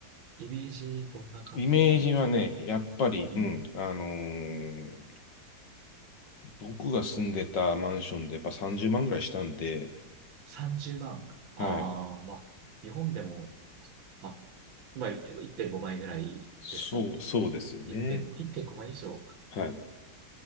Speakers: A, on the right (about 80°); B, on the left (about 65°).
A: イメージどんな感じになるんですか
B: イメージはね、やっぱり、
A: うん。
B: うん、あのー僕が住んでたマンションでやっぱ30万ぐらいしたんで、
A: 30万。ああ、
B: はい。
A: まあ、日本でも、とまあ、まあ、1.5倍ぐらいですよね。
B: そう、そうですよね。
A: 1.5、1.5倍以上か。
B: はい。